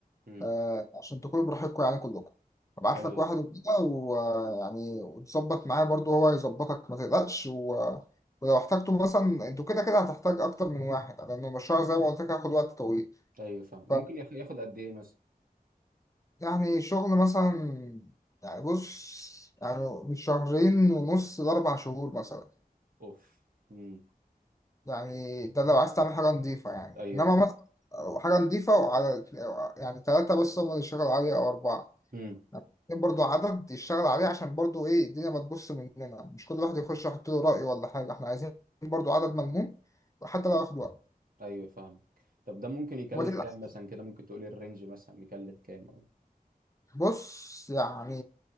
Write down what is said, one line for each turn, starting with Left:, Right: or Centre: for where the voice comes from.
Right: مم.
Left: آه، عشان تكونوا براحتكم يعني كلكم ابعت
Right: حلو
Left: لك واحد
Right: ده.
Left: وكده ويعني وتظبط معاه برضو هو يظبطك ما تقلقش و... ولو احتجتوا مثلا انتوا كده كده هتحتاج اكتر من واحد لان المشروع زي ما قلت لك هياخد وقت طويل
Right: ايوه فاهم ممكن
Left: ف
Right: ياخ- ياخد قد ايه مثلا
Left: يعني شغل مثلا يعني بص يعني من شهرين ونص لاربع شهور مثلا
Right: اوف مم.
Left: يعني ده لو عايز تعمل حاجه نظيفه يعني
Right: ايوه
Left: انما
Right: فاهم
Left: مثلا حاجه نظيفه وعلى يعني ثلاثه بس هم اللي يشتغلوا عليها او اربعه
Right: مم.
Left: برضه عدد يشتغل عليه عشان برضه ايه الدنيا ما تبص مننا مش كل واحد يخش يحط له رأي ولا حاجة احنا عايزين برضه عدد ملموم وحتى لو ياخد وقت
Right: ايوه فاهم طب ده ممكن يكلف
Left: وما تقلقش
Right: كام مثلا كده ممكن تقولي الرينج مثلا يكلف كام يعني؟
Left: بص يعني